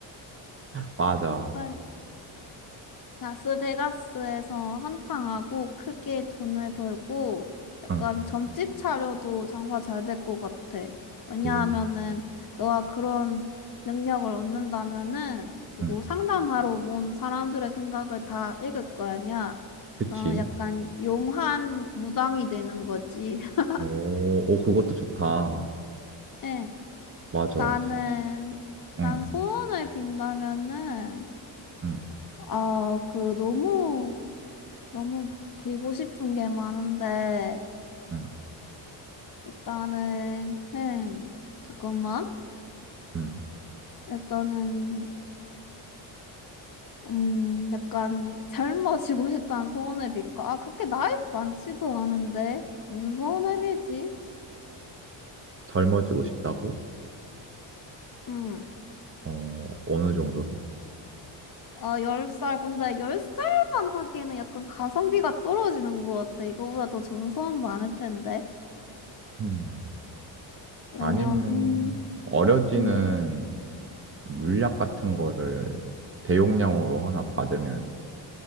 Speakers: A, on the right; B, on the left.
A: 맞아.
B: 일단 라스베가스에서 한탕하고 크게 돈을 벌고 약간
A: 응.
B: 점집 차려도 장사 잘 될 것 같아. 왜냐하면은
A: 오
B: 너가 그런 능력을 얻는다면은 그거
A: 응.
B: 상담하러 온 사람들의 생각을 다 읽을 거 아니야.
A: 그치.
B: 어, 약간 용한 무당이 되는 거지. <laughs>
A: 오, 오, 그것도 좋다.
B: 응,
A: 맞아.
B: 나는
A: 응,
B: 난 소원을 빈다면은
A: 응,
B: 아, 그 너무 너무 빌고 싶은 게 많은데
A: 응,
B: 일단은, 음, 잠깐만.
A: 응.
B: 일단은, 음, 약간 젊어지고 <laughs> 싶다는 소원회비일까? 아, 그렇게 나이 많지도 않은데. 무슨 소원회비지?
A: 젊어지고 싶다고?
B: 음,
A: 어, 어느 정도로?
B: 아, 열살 근데 열살만 하기에는 약간 가성비가 떨어지는 것 같아. 이거보다 더 좋은 소원 많을 텐데.
A: 음.
B: 왜냐면,
A: 아니면,
B: 음,
A: 어려지는
B: 음.
A: 물약 같은 거를 대용량으로 하나 받으면